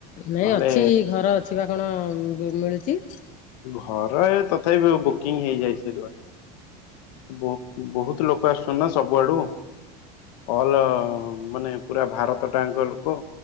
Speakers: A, on the left (about 35°); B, on the left (about 70°).
A: ନାଇଁ
B: ନହେଲେ
A: ଅଛି, ଘର ଅଛି ବା କଣ ମିଳୁଛି।
B: ଘର ଏ ତଥାପି ବୁକିଂ ହେଇଯାଇ ସରିବଣି। ବହୁତ ଲୋକ ଆସୁଛନ୍ତି ନା ସବୁଆଡ଼ୁ ଅଲ ମାନେ ପୁରା ଭାରତ ଟାଙ୍କ ଲୋକ,